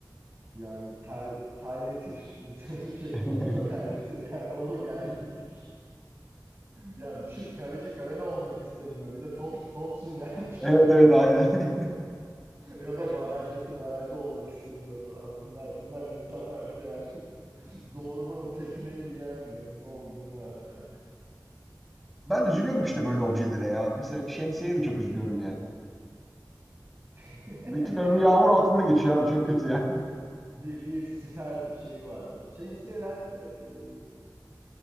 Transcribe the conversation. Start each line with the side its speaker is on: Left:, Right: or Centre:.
Right: Yani tel, terletir insanı <laughs> şey
Centre: <laughs>
Right: topu da terletir yani o gerginlik. Ya düşün kaleci kalede olmak istemiyor. Bir de top topsun yani. <laughs>
Centre: Evet evet aynen. <laughs>
Right: ya da barajdaki barajda olmak istemiyor falan bunlar. Bunlar insanlar bir de yani <laughs> doğrudan o tekmeyi yiyen nesne olduğunu varsayarsak
Centre: Ben üzülüyorum işte böyle objelere ya. Mesela şemsiyeye de çok üzülüyorum yani.
Right: <laughs>
Centre: Bütün ömrü yağmur altında geçiyor abi. Çok kötü yani.
Right: bir bir siper şeyi vardı. Şemsiyeler e,